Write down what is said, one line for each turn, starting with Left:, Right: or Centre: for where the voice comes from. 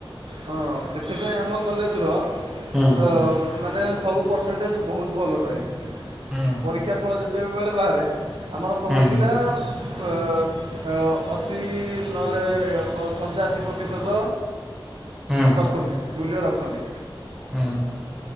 Right: ହଁ ସେଥିପାଇଁ ଆମ କଲେଜର ଅ
Centre: ହୁଁ ହୁଁ
Right: ମାନେ ସବୁ। ପରସେଣ୍ଟେଜ ବହୁତ ଭଲ ରହେ
Centre: ହୁଁ
Right: ପରୀକ୍ଷା ଫଳ ଯେତେବେଳେ ବାହାରେ। ଆମର ସବୁ
Centre: ହୁଁ ହୁଁ
Right: ପିଲା। ଏ ଅ ଅଶୀ ନହେଲେ ପଞ୍ଚାଅଶୀ ପ୍ରତିଶତ।
Centre: ହୁଁ
Right: ରଖନ୍ତି ମୂଲ୍ୟ ରଖନ୍ତି।
Centre: ହୁଁ